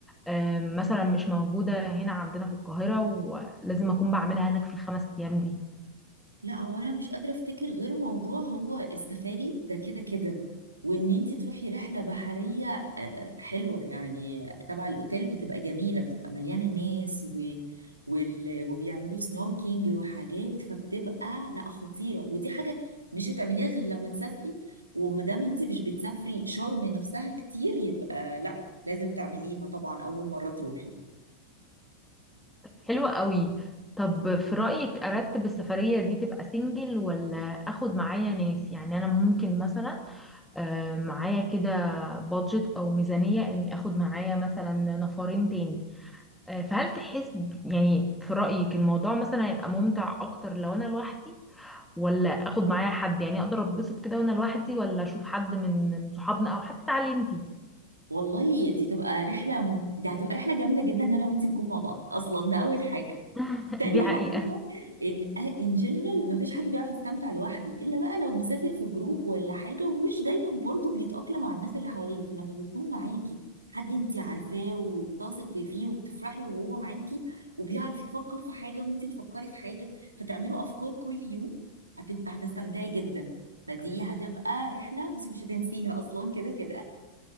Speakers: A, in the centre; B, on the right.
A: آم، مثلا مش موجودة هنا عندنا في القاهرة ولازم اكون بعملها هناك في الخمس ايام دي
B: لا هو انا مش قادره افتكر غير موضوع هو السفاري ده كده كده وان انت تروحي رحله بحريه آه، حلوه يعني تبع الاوتيل بتبقى جميله بتبقى مليانه ناس و... وال... وبيعملوا سنوركينج وحاجات فبتبقى لا خطيره ودي حاجه مش هتعمليها غير لما تسافري وما دام انت مش بتسافري شرم نفسها كتير يبقى لا لازم تعمليها طبعا اول مره تروحي
A: طب حلوة قوي طب في رأيك ارتب السفرية دي تبقى سنجل ولا اخد معايا ناس يعني انا ممكن مثلا آم، معايا كده بادجت او ميزانية اني اخد معايا مثلا نفرين تاني آه، فهل تحس يعني في رأيك الموضوع مثلا هيبقى ممتع اكتر لو انا لوحدي ولا اخد معايا حد يعني اقدر اتبسط كده وانا لوحدي ولا اشوف حد من من صحابنا او حتى تعالي انتي
B: والله دي تبقى رحلة مم... دي هتبقى رحلة جامدة جدا ان انا وانتي نكون مع بعض اصلا ده اول حاجة
A: <laughs>
B: تاني
A: دي حقيقة
B: حاجة ان ان جنرال مفيش حد بيعرف يستمتع لوحده الا بقى لو مسافر في جروب ولا حاجة ومش دايما برضو بيتأقلم مع الناس اللي حواليه فلما بيكون معاكي حد انتي عارفاه وبتثقي فيه وبتفرحي وهو معاكي وبيعرف يفكر في حاجة وانتي تفكري في حاجة فتعملوا افكار كل يوم هتبقى هتستمتعي جدا فدي هتبقى رحلة بصي مش هتنسيها اصلا كده كده